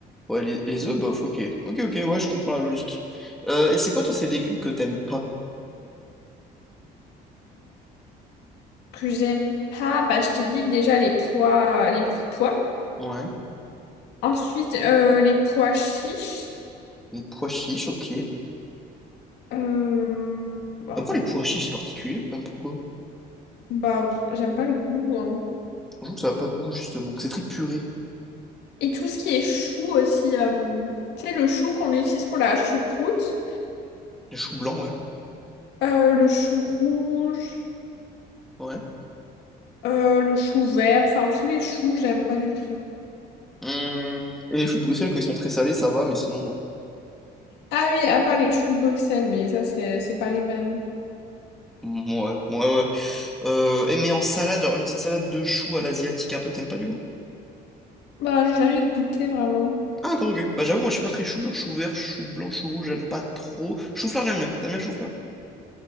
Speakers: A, in the centre; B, on the left.
A: Ouais, les, les œufs, bof, ok. Ok, ok, ouais, je comprends la logique. Euh, et c'est quoi, toi, ces légumes que t'aimes pas?
B: que j'aime pas, bah, je t'ai dit déjà les pois, euh, les petits pois.
A: Ouais.
B: Ensuite, euh, les pois chiches.
A: Les pois chiches, ok.
B: Euh, bah,
A: Après, les pois chiches, c'est particulier, même pourquoi?
B: bah, j'aime pas le goût. hein.
A: Je trouve que ça a pas de goût, justement, que c'est très puré.
B: Et tout ce qui est chou aussi. euh, tu sais, le chou qu'on utilise pour la choucroute,
A: Les choux blancs, ouais.
B: euh, le chou rouge,
A: Ouais.
B: euh, le chou vert, enfin tous les choux, j'aime pas du tout.
A: Hum, Et les choux de Bruxelles, quand ils sont très salés, ça va, mais sinon, non.
B: Ah oui, à part les choux de Bruxelles, mais ça, c'est c'est pas les mêmes.
A: Ouais, ouais, ouais. Euh, et mais en salade, genre une petite salade de choux à l'asiatique un peu, t'aimes pas du coup?
B: Bah, j'ai jamais goûté vraiment.
A: Ah, d'accord, ok. Bah j'avoue, moi je suis pas très chou, genre chou vert, chou blanc, chou rouge, j'aime pas trop. Chou-fleur, j'aime bien. T'aimes bien le chou-fleur?